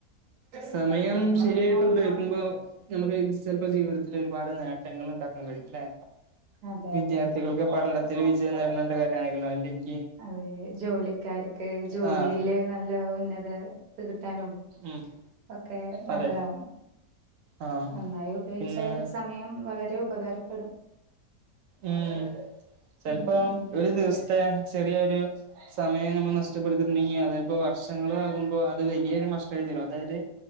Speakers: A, on the right; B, on the right.
A: സമയം ശരിയായിട്ട് ഉപയോഗിക്കുമ്പോ നമുക്ക് ചെലപ്പൊ ജീവിതത്തില് ഒരുപാട് നേട്ടങ്ങള് ങ്ങള് ഇണ്ടാക്കാൻ കഴിയും ലെ.
B: അതെ
A: വിദ്യാർത്ഥികൾക്ക്
B: അതെ
A: പഠനത്തില് വിജയം നേട്ണോണ്ട് <unintelligible> അല്ലെങ്കി
B: അതെ, ജോലിക്കാർക്ക് ജോലിയില്
A: ആഹ്
B: നല്ല ഉന്നത ത് കിട്ടാനും
A: ഉം
B: ഒക്കെ നല്ലതാവും.
A: അതെ ആഹ്
B: നന്നായി ഉപയോഗിച്ചാൽ
A: പിന്നെ
B: സമയം വളരെ ഉപകാരപ്പെടും.
A: ഉം ചെലപ്പോ
B: ഉം ഉം
A: ഒരു ദിവസ് ത്തെ ചെറിയൊരു സമയം നമ്മള് നഷ്ടപ്പെടുത്തിട്ടുണ്ടെങ്കി അതെൽപ്പൊ വർഷങ്ങളാകുമ്പൊ അത് വലിയൊരു നഷ്ട ആയി തീരും അതായത്